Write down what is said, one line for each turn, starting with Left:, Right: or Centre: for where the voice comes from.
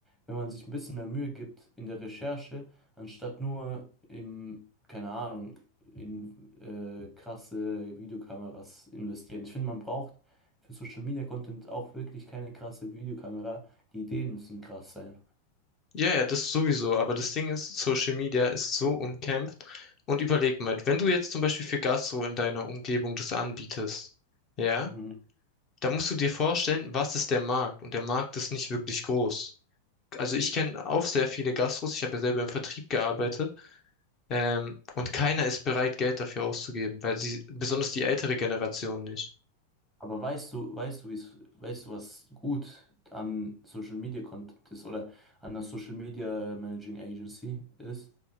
Centre: wenn man sich ein bisschen mehr Mühe gibt in der Recherche, anstatt nur im, keine Ahnung, in äh, krasse Videokameras investieren. Ich finde, man braucht für Social Media Content auch wirklich keine krasse Videokamera. Die Ideen müssen krass sein.
Left: Ja, ja, das sowieso. Aber das Ding ist, Social Media ist so umkämpft. Und überleg mal, wenn du jetzt zum Beispiel für Gastro in deiner Umgebung das anbietest, ja,
Centre: Mhm.
Left: da musst du dir vorstellen, was ist der Markt? Und der Markt ist nicht wirklich groß. Also ich kenne auch sehr viele Gastros. Ich habe ja selber im Vertrieb gearbeitet. Ähm, und keiner ist bereit, Geld dafür auszugeben, weil sie, besonders die ältere Generation nicht.
Centre: Aber weißt du, weißt du, wie's, weißt du, was gut an Social Media Content ist oder an einer Social Media Managing Agency ist,